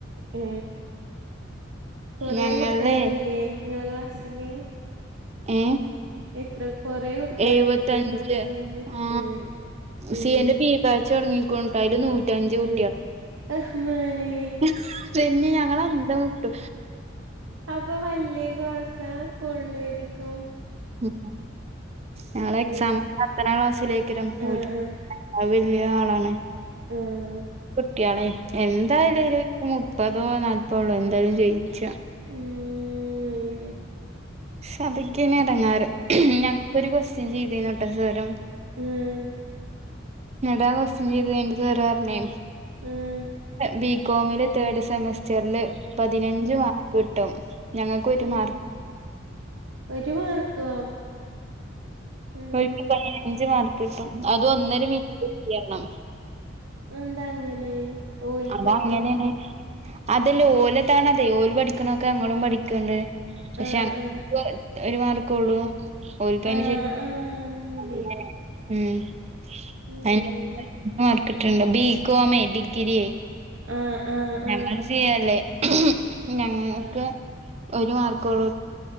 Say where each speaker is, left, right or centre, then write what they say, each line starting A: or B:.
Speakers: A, on the right; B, on the right.
A: ഏ കൊറെ
B: ഞങ്ങൾടെ
A: കുട്ടികളില്ലേ ഇങ്ങളെ ക്ലാസ്സില്
B: ഏ
A: എത്ര കൊറേ കുട്ടികളില്ലേ
B: എഴുവത്തഞ്ച്
A: ക്ലാസ്സിലെന്നെ
B: ആ
A: ഉം ഉം
B: സീ എ ന്റെ ബീ ബാച്ച് തൊടങ്ങി ക്കുണുട്ടോ അയില് നൂ റ്റഞ്ച്
A: ഉം
B: കുട്ടി
A: റഹ്മാനേ
B: <unintelligible> പിന്നെ ഞങ്ങള് അന്തംവിട്ടു
A: അപ്പൊ വല്യേ ക്ലാസാ കൊള്ളേര്ക്കും
B: ഉം ഞങ്ങളെ എക്സാം
A: ഏഹ്
B: <unintelligible> ക്ലാസ്സിലേയ്ക്കാരം <unintelligible>
A: ആഹ്
B: <unintelligible> ആളാണ്
A: ആഹ് ആഹ്
B: കുട്ട്യോളേയ് എന്തായാലൊര് മു പ്പതോ നാല്പ്പതോ ഉള്ളൂ എന്തായാലും ജയിച്ച
A: ഉം <unintelligible>
B: സതക്കന ഇറങ്ങാറ് ഞങ്ങക്കൊരു കൊക്വസ്റ്റ്യൻ ചെയ്തന്നോട്ടെ സ്വരം
A: ഉം
B: നിങ്ങടെ അവസ്ഥ ചെയ്ത് കഴിഞ്ഞിട്ട് വറെ പറഞ്ഞേ
A: ഉം
B: ബികോമില് തേർഡ് സെമസ്റ്ററില് പതിനഞ്ച്
A: ഉം
B: മാർക്ക് കിട്ടും ഞങ്ങൾക്ക് ഒരു
A: ഉം
B: മാർക്ക്
A: ഒരു മാർക്കോ ആഹ്
B: ഒരു
A: ആഹ്
B: പതിനഞ്ച് മാർക്ക് കിട്ടും അത് ഒന്നര മീറ്റ ചെയ്യണം
A: എന്താ അങ്ങനെ ഓൽക്കെത്രേ
B: അതങ്ങനെ ആണ് അതല്ലേ ഓലതാണ അതെ ഓല് പഠിക്കണൊക്കെ അങ്ങളും പഠിക്കണ്ട് പക്ഷെ
A: ആഹ്
B: അങ്ങന
A: ആഹ്
B: ഒരു മാർക്ക ഉള്ളു <unintelligible>
A: ആഹ് ആഹ് അങ്ങനെ
B: <unintelligible>
A: ഉം
B: ബി കോമ ഡിഗ്രിയെ.
A: ആ ആ
B: ഞങ്ങൾ
A: ആ
B: ചെയ്യല്ലേ ഞങ്ങക്ക്
A: ആ
B: ഒരു മാർക്ക് ഉള്ളൂ